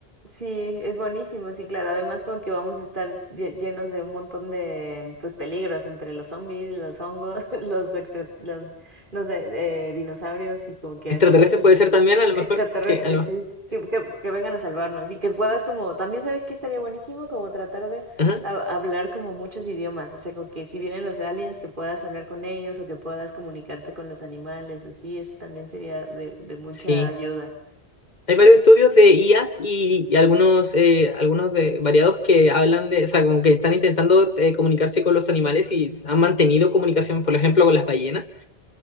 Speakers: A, on the right; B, on the left.
A: Sí, es buenísimo, sí, claro. Además, como que vamos a estar lle- llenos de un montón de pues peligros entre los zombies, los hongos, <laughs> los extra, los no sé, eh, dinosaurios y como que
B: Extraterrestre
A: así mil
B: puede ser también, a lo
A: extraterrestres,
B: mejor que. A lo, mejor-
A: sí, que, que, que vengan a salvarnos y que puedas como también sabes que estaría buenísimo como tratar de
B: ajá,
A: ha- hablar como muchos idiomas, o sea, como que si vienen los aliens que puedas hablar con ellos o que puedas comunicarte con los animales, o sí, eso también sería de, de mucha
B: sí.
A: ayuda.
B: Hay varios estudios de IAs y, y algunos, eh, algunos de, variados que hablan de, o sea, como que están intentando eh, comunicarse con los animales y han mantenido comunicación, por ejemplo, con las ballenas.